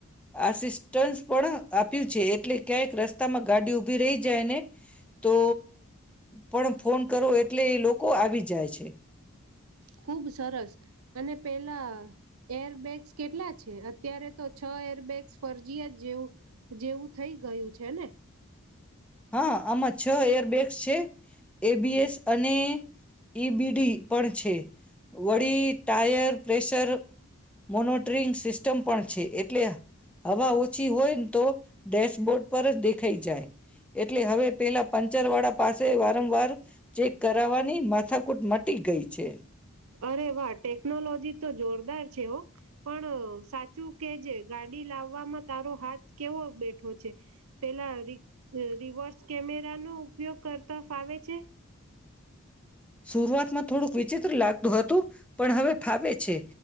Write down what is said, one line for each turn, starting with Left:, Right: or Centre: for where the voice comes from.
Centre: આસિસ્ટન્સ પણ આપ્યું છે એટલે ક્યાંક રસ્તામાં ગાડી ઉભી રહી જાયને તો પણ ફોન કરો એટલે એ લોકો લોકો આવી જાય છે.
Right: ખુબ સરસ અને પેલા એરબેગ્સ કેટલા છે અત્યારે તો છ એરબેગ્સ ફરજીયા જ જેવું જેવું થઇ ગયું છે ને.
Centre: હા આમાં છ એ છે એબીએસ અને ઈ બીડી પણડ છે. વડી ટાયર પ્રેશર મોનીટરીંગ સિસ્ટમ પણ છે એટલે હવા ઓછી હોય ને તો ડેશબોર્ડ પર જ દેખાઈ જાય એટલે હવે પેલા પંચર વાળા પાસે વારંવાર ચેક કરવાની માથાકૂટ મટી ગઈ છે.
Right: અરે વાહ ટેકનોલોજી તો જોરદાર છે હો પણ સાચું કે જે ગાડી લાવવામાં તારો હાથ કેવો બેઠો છે પેલા ર રિવર્સ કેમેરા નો ઉપયોગ કરતા ફાવે છે.
Centre: શરૂઆતમાં થોડુંક વિચિત્ર લાગતું હતું પણ હવે ફાવે છે